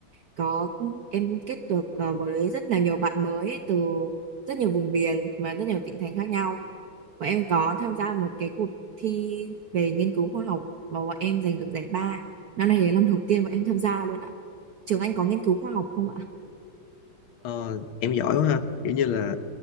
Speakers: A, on the right; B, on the left.
A: có em kết được ờ, với rất là nhiều bạn mới từ rất nhiều vùng miền và rất nhiều tỉnh thành khác nhau. Bọn em có tham gia một cái cuộc thi về nghiên cứu khoa học và bọn em giành được giải ba. Năm nay là năm đầu tiên bọn em tham gia luôn ạ. Trường anh có nghiên cứu khoa học không ạ?
B: Ờ, em giỏi quá ha kiểu như là